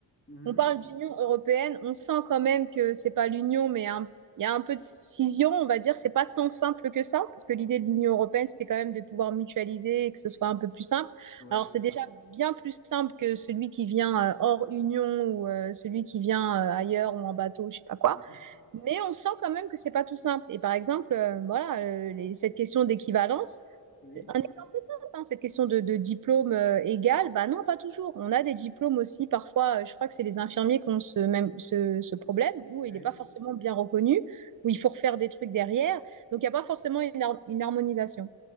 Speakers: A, on the left (about 30°); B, on the right (about 45°).
A: Mhm,
B: on parle d'Union européenne, on sent quand même que c'est pas l'Union, mais un- il y a un peu de scission, on va dire. C'est pas tant simple que ça, parce que l'idée de l'Union européenne, c'était quand même de pouvoir mutualiser et que ce soit un peu plus simple.
A: Ouais.
B: Alors, c'est déjà bien plus simple que celui qui vient euh, hors Union ou euh, celui qui vient euh, ailleurs ou en bateau, je sais pas quoi.
A: Ouais.
B: Mais on sent quand même que c'est pas tout simple. Et par exemple, euh, voilà, euh, les- cette question d'équivalence.
A: Oui.
B: Un exemple simple, hein, cette question de, de diplôme euh, égal, bah non, pas toujours. On a des diplômes aussi, parfois, euh, je crois que c'est les infirmiers qui ont ce, même, ce, ce problème, où
A: Oui.
B: il n'est pas forcément bien reconnu, où il faut refaire des trucs derrière. Donc, il n'y a pas forcément une, har- une harmonisation.